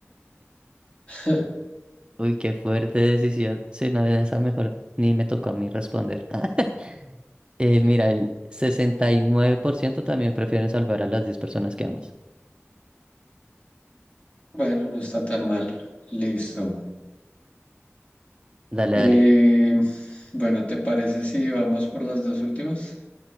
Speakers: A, on the left; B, on the right.
A: <laughs>
B: Uy, qué fuerte decisión. Si no, en esa mejor ni me tocó a mí responder. <laughs> Eh, mira, el 69% también prefieren salvar a las 10 personas que amas.
A: Bueno, no está tan mal. Listo.
B: Dale,
A: Eh,
B: dale.
A: bueno, ¿te parece si vamos por las dos últimas?